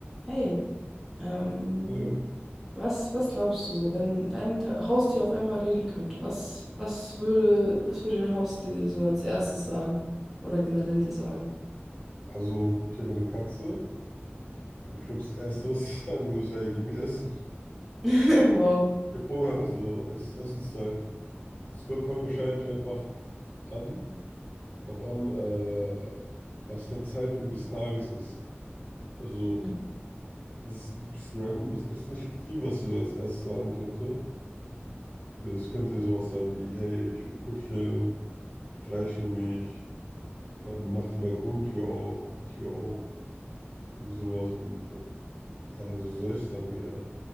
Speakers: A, in the centre; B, on the left.
A: Hey, ähm,
B: Hallo.
A: was, was glaubst du so, wenn dein Ta- Haustier auf einmal reden könnte, was, was würde, was würde dein Haustier dir so als erstes sagen? Oder generell dir sagen?
B: Also, okay, wir eine Katze. Und Ich glaube, das Erste, was ich <laughs> sagen würde, ist, hey, gib mir Essen.
A: <laughs> Wow,
B: Ich hab Hunger, so Ess Essenszeit. Es ko- kommt wahrscheinlich einfach an, drauf an, äh, was der Zeitpunkt des Tages ist. Also,
A: Mhm.
B: das ist ein bisschen random, aber es gibt nicht viel, was ich so als erstes sagen könnte. Es könnte ja sowas sein wie, hey, ich will kuscheln, streichel mich, ähm, mach die Balkontür auf, mach die Tür auf, irgendwie sowas. Und äh, ja, so solche Sachen eher.